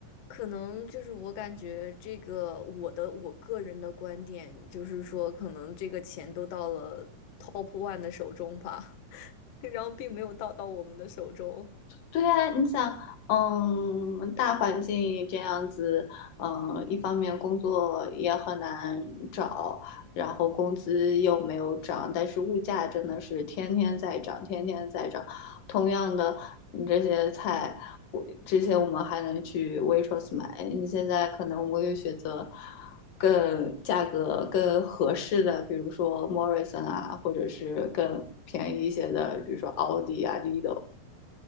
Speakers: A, on the left; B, on the left.
A: 可能就是我感觉这个我的我个人的观点就是说，可能这个钱都到了 Top One 的手中吧，<laughs> 然后并没有到到我们的手中。
B: 对呀，你想，嗯，大环境这样子，嗯，一方面工作也很难找，然后工资又没有涨，但是物价真的是天天在涨，天天在涨。同样的，你这些菜，我之前我们还能去 Waitrose 买，你现在可能我们又选择更价格更合适的，比如说 Morrison 啊，或者是更便宜一些的，比如说 Aldi 啊、Lidl。